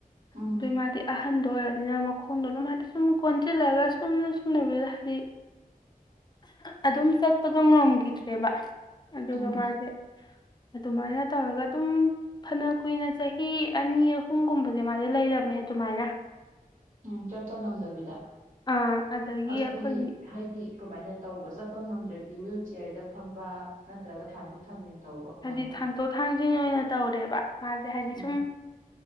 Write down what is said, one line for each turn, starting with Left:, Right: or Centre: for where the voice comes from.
Right: ꯎꯝ
Left: ꯑꯗꯨ ꯃꯥꯗꯤ ꯑꯍꯟ ꯑꯣꯏꯔꯅꯤꯅ ꯃꯈꯣꯡꯗꯣ ꯑꯗꯨꯝ ꯍꯥꯏꯗꯤ ꯁꯨꯝ ꯀꯣꯟꯁꯤꯜꯂꯒ ꯁꯨꯝ ꯁꯨꯝ ꯂꯩꯕꯤꯗ ꯍꯥꯏꯗꯤ
Right: ꯑ
Left: ꯑꯗꯨꯝ ꯁꯛꯇꯗ ꯉ ꯉꯝ ꯠꯇ꯭ꯔꯦꯕ ꯑꯗꯨꯒ
Right: ꯎꯝ
Left: ꯃꯥꯁꯦ ꯑꯗꯨꯃꯥꯏꯅ ꯇꯧꯔꯒ ꯑꯗꯨꯝ ꯐꯅ ꯀꯨꯏꯅ ꯆꯍꯤ ꯑꯅꯤ ꯑꯍꯨꯝꯒꯨꯝꯕꯗ ꯑꯗꯨ ꯃꯥꯗꯤꯦ ꯂꯩꯔꯝꯃꯦ ꯑꯗꯨꯃꯥꯏꯅ
Right: ꯎꯝ ꯆꯠꯄ ꯉꯝꯗꯕꯤꯗ
Left: ꯑꯥ ꯑꯗꯒꯤ
Right: ꯑꯗꯨꯗꯤ
Left: ꯑꯩꯈꯣꯏꯒꯤ
Right: ꯍꯥꯏꯗꯤ ꯀꯃꯥꯏꯅ ꯇꯧꯕ ꯆꯠꯄ ꯉꯝꯗ꯭ꯔꯗꯤ ꯍꯨꯏꯜ ꯆꯤꯌꯔꯗ ꯐꯝꯕ ꯅꯠꯇ꯭ꯔꯒ ꯊꯥꯡꯗꯣꯛ ꯊꯥꯡꯖꯤꯟ ꯇꯧꯕ ꯀꯃꯥꯏꯅ
Left: ꯍꯥꯏꯗꯤ
Right: ꯇꯧꯕ
Left: ꯊꯥꯡꯇꯣꯛ ꯊꯥꯡꯁꯤꯡ ꯑꯣꯏꯅ ꯇꯧꯔꯦꯕ ꯃꯥꯁꯦ ꯍꯥꯏꯗꯤ
Right: ꯎꯝ
Left: ꯁꯨꯝ